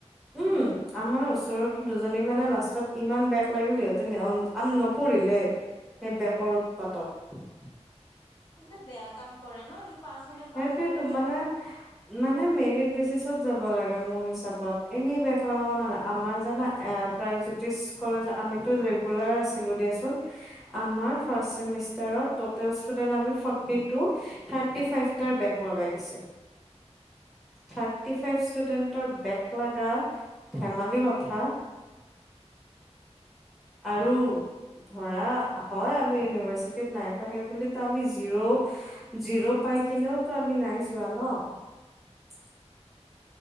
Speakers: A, in the centre; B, on the left (about 40°).
A: উম আমাৰ ওচৰতো দুজনী মানে লাষ্টত ইমান বেগ লাগিল সিহঁতে আন নপৰিল সেই বেকৰ উৎপাতত
B: এইবিলাক বেয়া কাম কৰে ন পাছ হলে
A: সেইটোৱেতো
B: পাছ হৈ যাব
A: মানে
B: লাগে
A: মানে মেৰিট বেছি যাব লাগে মোৰ হিচাপত এনেই বেগ লগাব নালে আমাৰ জানা এ প্ৰাগজ্যোতিষ কলেজ আমিতো
B: উম
A: ৰেগুলাৰ আছিলো দিয়াচোন। আমাৰ ফাৰ্ষ্ট চেমিষ্টাৰত টোটেল ষ্টুডেণ্টচ্ আমি ফৰটি টু থাৰ্টি ফাইভ তাৰ বেক লগাই দিছে। থাৰ্টি ফাইভ ষ্টুডেন্টৰ বেক লগা ধেমালি কথ থা আৰু ধৰা হয় আমি ইউনিভাৰ্চিটি টিট নাই পোৱা সেই বুলিতো আমি জিৰ' জিৰ' পাই কিনেওতো আমি নাই যোৱা ন। <inaudible>